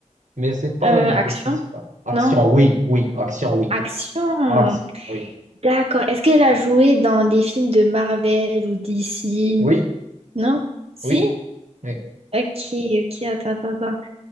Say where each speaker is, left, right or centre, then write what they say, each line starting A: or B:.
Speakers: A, on the right; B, on the right.
A: Mais c'est pas
B: Euh, action?
A: le principal. Action,
B: Non?
A: oui, oui. Action, oui.
B: Action!
A: Action, oui.
B: D'accord. Est-ce qu'elle a joué dans des films de Marvel ou DC?
A: Oui,
B: Non? Si?
A: oui, oui.
B: Ok, ok, attends, attends, attends.